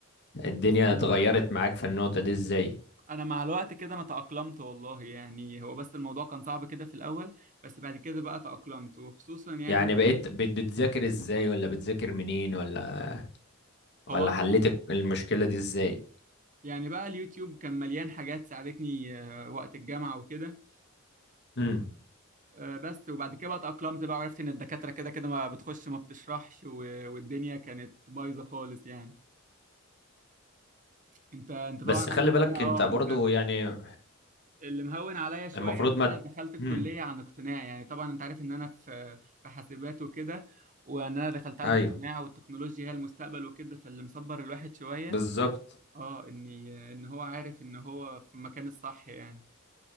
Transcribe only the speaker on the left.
الدنيا
اتغيرت معاك في النقطة دي ازاي
يعني بقيت بت... بتذاكر ازاي ولا بتذاكر منين ولا ولا
حليت المشكلة دي ازاي
مم.
بس
خلي
بالك
انت
برضو
يعني
المفروض
ما
مم.
ايوه
بالظبط